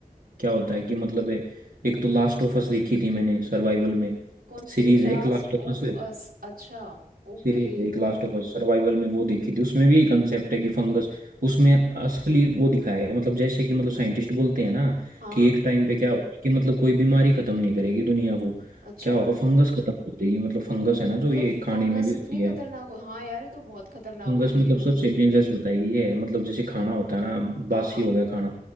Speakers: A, on the right; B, on the right.
A: क्या होता है कि मतलब ए- एक तो लास्ट ऑफ अस देखी थी मैंने सर्वाइवल में
B: कौन
A: सीरीज
B: सी लास्ट
A: है एक लास्ट ऑफ
B: ऑफ
A: अस
B: अस अच्छा ओके
A: सीरीज है एक लास्ट ऑफ अस सर्वाइवल में वो देखी थी उसमें भी यही कंसेप्ट है कि फंगस उसमें असली वो दिखाया गया है। मतलब जैसे कि मतलब साइंटिस्ट बोलते हैं ना
B: हाँ
A: कि एक टाइम पे क्या होगा कि मतलब कोई बीमारी खत्म नहीं करेगी दुनिया को
B: अच्छा
A: क्या होगा फंगस खत्म कर देगी मतलब फंगस है ना
B: मतलब
A: जो ये खाने
B: फंगस
A: में भी होती
B: इतनी खतरनाक
A: है
B: हो हाँ यार ये तो बहुत खतरनाक
A: फंगस
B: होती
A: मतलब
B: है
A: सबसे डेंजरस बताई गई है मतलब जैसे खाना होता है ना
B: हाँ
A: बासी
B: हाँ
A: हो गया खाना